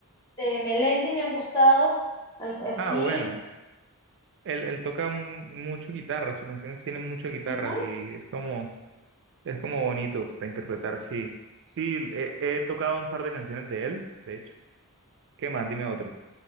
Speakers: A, on the left; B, on the right.
A: de Melendi me han gustado, algo así.
B: Ah, bueno. Él, él toca mu- mucho guitarra, sus canciones tienen mucha guitarra
A: Ujú.
B: y es como Es como bonito para interpretar, sí. Sí, he, he tocado un par de canciones de él, de hecho. ¿Qué más? Dime otro.